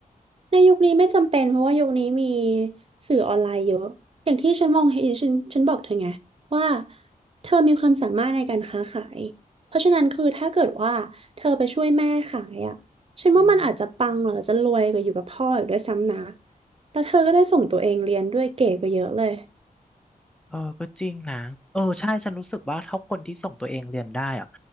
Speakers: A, on the right (about 40°); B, in the centre.
A: ในยุคนี้ไม่จำเป็นเพราะว่ายุคนี้มีสื่อออนไลน์เยอะอย่างที่ฉันมองเห็นฉันฉันบอกเธอไงว่าเธอมีความสามารถในการค้าขายเพราะฉะนั้นคือถ้าเกิดว่าเธอไปช่วยแม่ขายอ่ะฉันว่ามันอาจจะปังหรือจะรวยกว่าอยู่กับพ่ออีกด้วยซ้ำนะ
B: อืม
A: แล้วเธอก็ได้ส่งตัวเองเรียนด้วยเก่งกว่าเยอะเลย
B: เออก็จริงนะเออใช่ฉันรู้สึกว่าถ้าคนที่ส่งตัวเองเรียนได้อะ